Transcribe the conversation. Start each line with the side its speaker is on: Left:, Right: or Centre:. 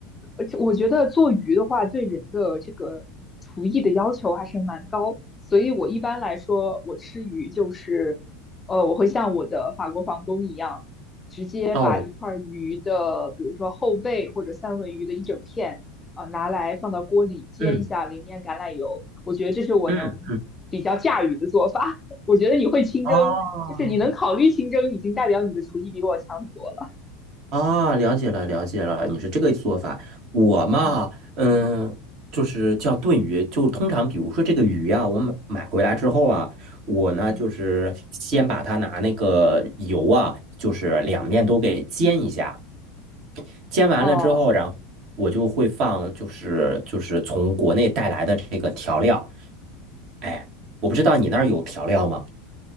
Left: 而且我觉得做鱼的话，对人的这个厨艺的要求还是蛮高，所以我一般来说，我吃鱼就是，呃，我会像我的法国房东一样，直接把一块儿鱼的，
Right: 哦，
Left: 比如说后背或者三文鱼的一整片，呃，拿来放到锅里煎一下，
Right: 嗯
Left: 淋点橄榄油，我觉得这是我能比较驾驭的做法。
Right: 嗯嗯，
Left: <laughs> 我觉得你会清蒸，
Right: 哦。
Left: 就是你能考虑清蒸，已经代表你的厨艺比我强很多了。
Right: 啊，了解了，了解了，你是这个做法。
Left: 嗯
Right: 我嘛，
Left: 嗯
Right: 嗯，就是叫炖鱼，就通常比如说这个鱼啊，我买买回来之后啊，我呢就是先把它拿那个油啊，
Left: 嗯。
Right: 就是两面都给煎一下，煎完了之后，
Left: 哦
Right: 然后我就会放就是就是从国内带来的这个调料。哎，我不知道你那儿有调料吗？